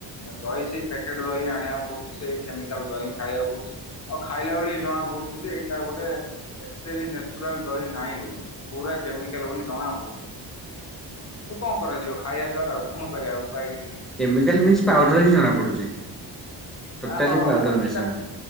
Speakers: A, on the left; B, in the centre.
A: ଦହି ସେଇ ପ୍ୟାକେଟ୍ ଦହି ଆଣିବାକୁ ପଡୁଛି ସେଇ କେମିକାଲ୍ ଦହି ହିଁ ଖାଇବାକୁ ପଡୁଛି। ଆଉ ଖାଇଲା ବେଳେ ବି ଜଣା ପଡୁଛି ଯେ ଏଇଟା ଗୋଟେ ଏତେ ବି ନଚୁରାଲ ଦହି ନାହିଁ ବୋଲି ପୁରା କେମିକାଲ ବୋଲି ଜଣା ପଡୁଛି। କିନ୍ତୁ କଣ କରାଯିବ ଖାଇବା ସାର୍ ଆଉ କଣ କରିବା ଉପାୟ କିଛି ନାହିଁ।
B: କେମିକାଲ ମିନ୍ସ ପାଉଡର ହିଁ ଜଣା ପଡୁଛି। ଟୋଟାଲି
A: ଆ ହଁ ହଁ
B: ପାଉଡର
A: ମାନେ
B: ମିଶା।
A: ତ